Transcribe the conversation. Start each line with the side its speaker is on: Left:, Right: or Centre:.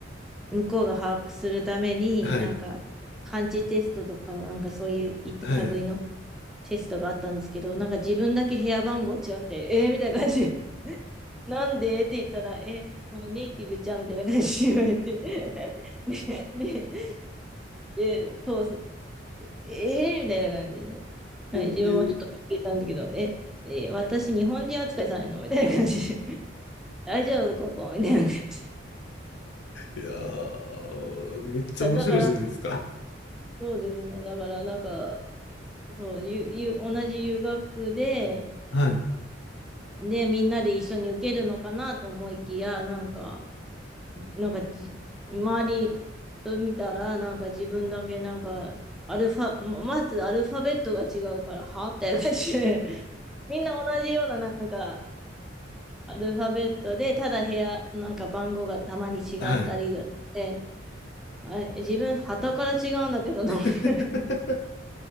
Centre: 向こうが把握するために、
Left: はい、
Centre: なんか、漢字テストとか、なんかそういういった類の
Left: はい。
Centre: テストがあったんですけど、なんか自分だけ部屋番号違くて、えー、みたいな感じで、<laughs> なんでって言ったら、え、これネイティブじゃんみたいな感じで言われて、<laughs> ね、ね、で、通す、ええー、みたいな感じで、はい、
Left: <laughs>
Centre: 自分もちょっとびっくりしたんだけど、
Left: ええ
Centre: え、えー私、日本人扱いされるのみたいな感じで、<laughs> 大丈夫、ここみたいな感じで。
Left: いやー、めっちゃ面白いじゃないですか。
Centre: だだから、そうですね、だから、なんか、そう、ゆゆ同じ留学で、
Left: はい。
Centre: で、みんなで一緒に受けるのかなと思いきや、なんか、なんかじ、周りと見たら、なんか自分だけなんか、アルファ、ままずアルファベットが違うから、はみたいな感じで、<laughs> みんな同じようななんか、アルファベットで、ただ部屋、なんか番号がたまに違ったりぐらいで、
Left: はい。
Centre: あれ、自分、旗から違うんだけど、名前が
Left: <laughs>
Centre: <laughs>